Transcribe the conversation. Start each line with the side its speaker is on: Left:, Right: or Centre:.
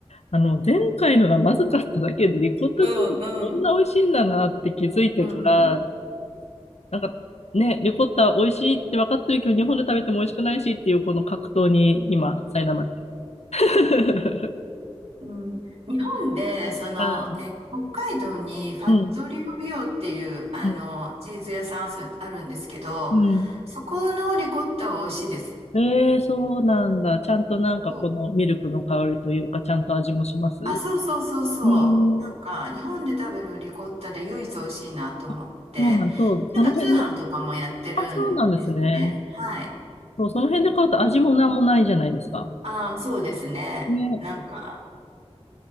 Left: あの、前回のがまずかっただけで、リコッタチーズってこんな美味しいんだなって気づいてから、
Right: うんうんうん。
Left: なんかね、リコッタ美味しいって分かってるけど、日本で食べても美味しくないしっていうこの格闘に今、苛まれてる。<laughs>
Right: うん、日本で、その、
Left: はい。
Right: え、北海道にファットリオビオっていう、
Left: うん。
Right: あの、
Left: うん。
Right: チーズ屋さんあすあるんですけど、
Left: うん
Right: そこのリコッタは美味しいです。
Left: えー、そうなんだ。ちゃんとなんかこのミルクの香りというか、
Right: そう
Left: ちゃんと味もしますう
Right: あ、そうそうそうそう。
Left: ー
Right: なんか、
Left: ん。
Right: 日本で食べるリコッタで唯一美味しいなと思って、
Left: あそうなん、そう、その辺の、
Right: なんか通販とかもやってるんですよね。
Left: あ、そうなんですね。
Right: はい。
Left: そう、その辺で買うと味もなんもないじゃないですか。
Right: ああ、そうですね。
Left: ね
Right: なんか、